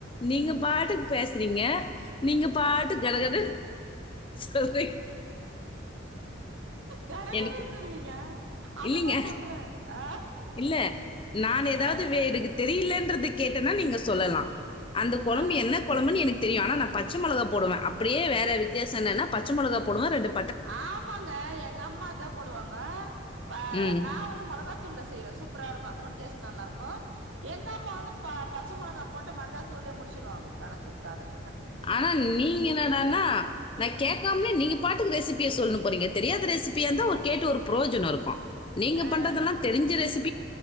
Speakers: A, on the left (about 25°); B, on the right (about 80°).
A: நீங்க பாட்டுக்கு பே சறீங்க நீங்க பாட்டுக் கடகடன் சொல்றீங்
B: கடகடன்னு
A: எனக்கு
B: இல்லைங்க அததா
A: இல்லீங்க
B: சொல்றே ஆ
A: இல்ல நான் எதாவ்து
B: ஆ
A: வே எனக்கு தெரியலன் றது கேட்டன்னா நீங்க சொல்லலா அந்த கொழம்பு
B: ஆ
A: என்ன கொழம்புனு எனக் தெரியு ஆனா நா பச்ச மொளகா போடுவே அப் அப்படியே வேற வித்தியாச என்னனா பச்ச மொளகா போடுவே ரெண்டு
B: ஆமாங்க எங்க அம்மா தா போடுவாங்க பா
A: ம்.
B: நா வந்து மொளகாத்தூள்ல செய்வே சூப் ப்பரா இருக்கு அதுவு டேஸ்ட் நல்லாருக்கு எங்க அம்மா வந்து ப பச்சை மொளகா போட்ட மஞ்சாத்தூள்ல முடிச்சுடுவாங்க கணக்கு கதக்
A: ஆனா நீங்க என்னடானா நா கேக்காமனே நீங்க பாட்டுக்கு ரெசிப் பிய சொல்லுனு போறீங்க தெரியாத ரெசிபியா இருந்தா ஒரு கேட்டு ஒரு புரோஜனம் இருக்கு நீங்க
B: ஆ
A: பண்றதெல்லா தெரிஞ்ச ரெசிப்